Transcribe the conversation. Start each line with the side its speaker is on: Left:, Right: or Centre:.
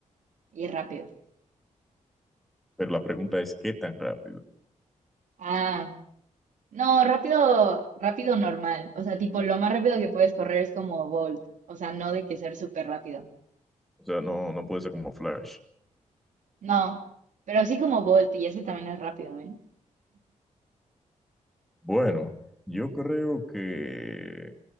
Right: Y rápido.
Centre: Pero la pregunta es, ¿qué tan rápido?
Right: Ah, no, rápido, rápido normal. O sea, tipo, lo más rápido que puedes correr es como Bolt. O sea, no de que ser súper rápido.
Centre: O sea, no, no puede ser como Flash.
Right: No, pero sí como Bolt y ese también es rápido, ¿eh?
Centre: Bueno, yo creo que